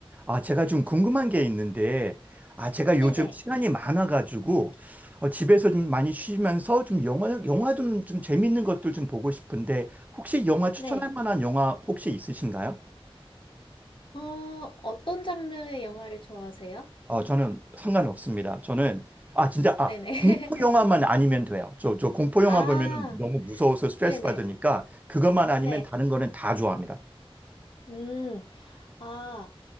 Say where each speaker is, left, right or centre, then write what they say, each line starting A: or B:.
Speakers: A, on the right; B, on the left.
A: 아, 제가 좀 궁금한 게 있는데, 아, 제가
B: 네네.
A: 요즘 시간이 많아가지고, 어, 집에서 좀 많이 쉬면서 좀 영화, 영화 좀, 좀 재밌는 것들 좀 보고 싶은데, 혹시 영화 추천할
B: 네.
A: 만한 영화 혹시 있으신가요?
B: 어, 어떤 장르의 영화를 좋아하세요?
A: 어, 저는 상관없습니다. 저는, 아, 진짜, 아,
B: 네네. <laughs>
A: 공포 영화만 아니면 돼요. 저, 저 공포 영화
B: 아,
A: 보면은 너무 무서워서 스트레스
B: 네네.
A: 받으니까, 그것만 아니면
B: 네.
A: 다른 거는 다 좋아합니다.
B: 음, 아,